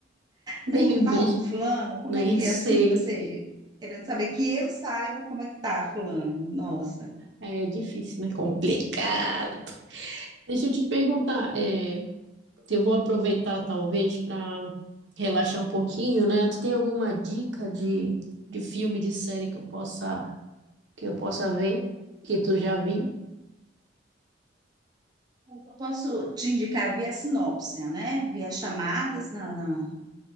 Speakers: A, on the right; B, on the right.
A: nem
B: nem falo
A: vejo,
B: com fulano, como
A: nem
B: é que
A: sei.
B: é assim, você querendo saber que eu saiba como é que tá fulano, nossa.
A: É difícil, né? Complicado. Deixa eu te perguntar, é, eu vou aproveitar talvez para relaxar um pouquinho, né? Tu tem alguma dica de, de filme, de série que eu possa que eu possa ver, que tu já viu?
B: Eu posso te indicar, eu vi a sinopse, né? Vi as chamadas na, na,